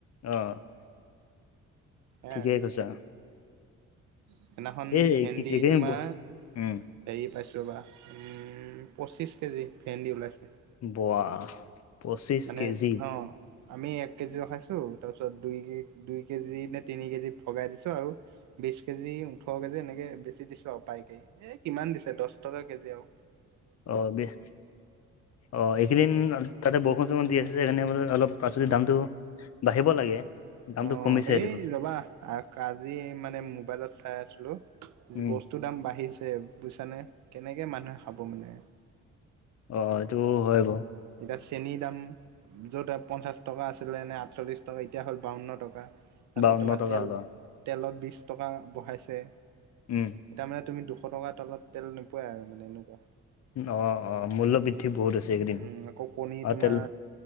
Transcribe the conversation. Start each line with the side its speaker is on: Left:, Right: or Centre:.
Left: অ
Right: সেয়াই
Left: ঠিকে কৈছা
Right: সেইনাখন
Left: এই
Right: ভেন্দি
Left: এইখিনি
Right: তোমাৰ
Left: উম
Right: হেৰি পাইছোঁ ৰবা উম পঁচিছ কেজি ভেন্দি ওলাইছে
Left: বৱাহ পঁচিছ
Right: মানে
Left: কেজি
Right: অ আমি এক কেজি ৰখাইছো তাৰপিছত দুই দুই কেজি নে তিনি কেজি ভগাই দিছো আৰু বিশ কেজি ওঠৰ কেজি এনেকে বেছি দিছোঁ আউ পাইকে এ কিমান দিছে দচ টকা কেজি আউ
Left: অ বিছ অঁ এইকেইদিন আ তাতে বউষুণ চউষুণ দি আছে সেইকাৰণে মানে অলপ পাচলিৰ দামটো বাঢ়িব লাগে। দামটো
Right: অ',
Left: কমিছে
Right: এই
Left: দেখোন
Right: ৰবা আক-আজি মানে মোবাইলত চাই আছিলো,
Left: উম
Right: বস্তু তো দাম বাঢ়িছে বুজিছানে, কেনেকে মানুহে খাব মানে?
Left: অ', সেইটো হয় বাৰু।
Right: এতিয়া চেনি দাম য'ত আ, পঞ্চাশ টকা আছিলেনে আঠচল্লিশ টকা এতিয়া হ'ল বাৱন্ন টকা। তাৰপিছত
Left: বাৱন্ন
Right: তোমাৰ
Left: টকা
Right: তেল,
Left: হ'ল অ
Right: তেলত বিশ টকা বঢ়াইছে।
Left: উম।
Right: এতিয়া মানে তুমি দুশ টকাৰ তলত তেল নোপোৱাই আৰু মানে এনেকুৱা।
Left: অ', অ' মূল্যবৃদ্ধি বহুত হৈছে। এইকেইদিন
Right: উম, আকৌ কণী
Left: আৰু
Right: তোমাৰ
Left: তেল